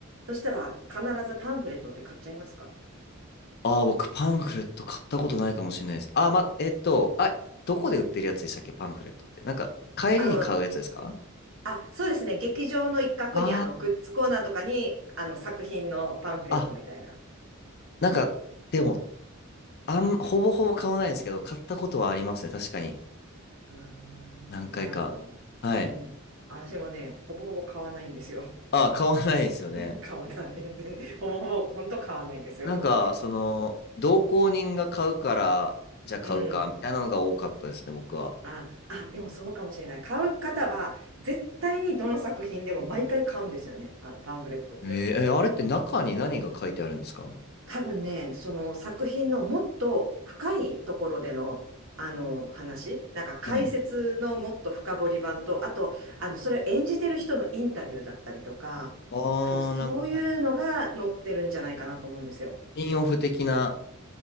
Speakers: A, on the right (about 70°); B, on the left (about 50°).
A: そしたら、必ずパンフレットって買っちゃいますか
B: ああ、僕、パンフレット買ったことないかもしれないです。あー、ま、えっと、あ、どこで売ってるやつでしたっけ、パンフレットって。なんか、帰りに買うやつですか
A: あの、あ、そうですね。劇場の一角に、
B: あ
A: あの、グッズコーナーとかに、あの、作品のパンフレットみたいな。
B: あー、あ、なんか、でも、あん、ほぼほぼ買わないですけど、買ったことはありますね。確かに。
A: うーん、
B: 何回か。
A: なるほど。
B: はい。
A: うん。私もね、ほぼほぼ買わないんですよ。
B: あ、買わないですよね。
A: <laughs> 買わない。<laughs> ほぼほぼ、ほんと買わないんですよ。
B: なんか、その、同行人が買うから、じゃあ買うか、
A: うん。
B: みたいなのが多かったですね、僕は。
A: あ、あ、でもそうかもしれない。買う方は、絶対にどの作品でも毎回買うんですよね。あ、パンフレットって。
B: えーえあれって中に何が書いてあるんですか
A: 多分ね、その作品のもっと深いところでの、あの話、なんか解説のもっと深掘り版と、
B: はい。
A: あと、あの、それを演じてる人のインタビューだったりとか、
B: あー、
A: 多分そういうのが載ってるんじゃないかなと思うんですよ。
B: なんか、はい。ピンオフ的な